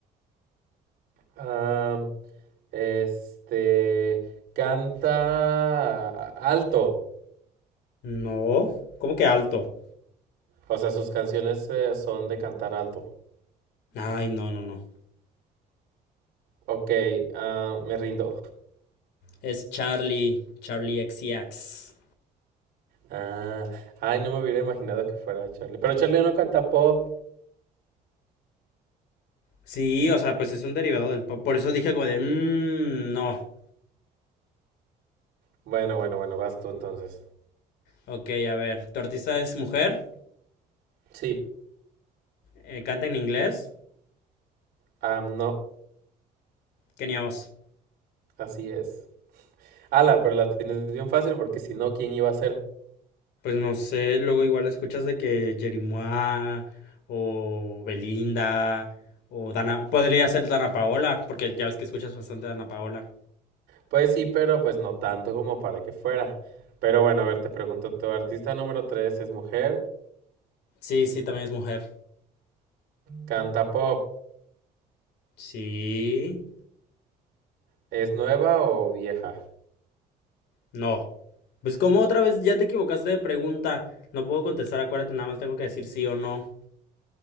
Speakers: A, on the right (about 75°); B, on the left (about 80°).
A: am, este. Canta alto.
B: No, ¿cómo que alto?
A: O sea, sus canciones eh, son de cantar alto.
B: Ay, no, no, no.
A: Ok, ah, me rindo.
B: Es Charlie, Charlie XCX.
A: Ah, ay, no me hubiera imaginado que fuera Charlie. Pero Charlie no canta pop.
B: Sí, o sea, pues es un derivado del pop. Por eso dije como de, mmm, no.
A: Bueno, bueno, bueno, vas tú entonces.
B: Ok, a ver, tu artista es mujer,
A: Sí,
B: eh, canta en inglés,
A: ah, no,
B: Kenia Os.
A: así es. Ala, pero la tienes bien fácil porque si no, ¿quién iba a ser?
B: Pues no sé, luego igual escuchas de que Jerimois o Belinda o Dana, podría ser Dana Paola, porque ya ves que escuchas bastante a Dana Paola.
A: Pues sí, pero pues no tanto como para que fuera. Pero bueno, a ver, te pregunto, ¿tu artista número tres es mujer?
B: Sí, sí, también es mujer.
A: ¿Canta pop?
B: Sí,
A: ¿Es nueva o vieja?
B: no. Pues como otra vez ya te equivocaste de pregunta, no puedo contestar, acuérdate, nada más tengo que decir sí o no.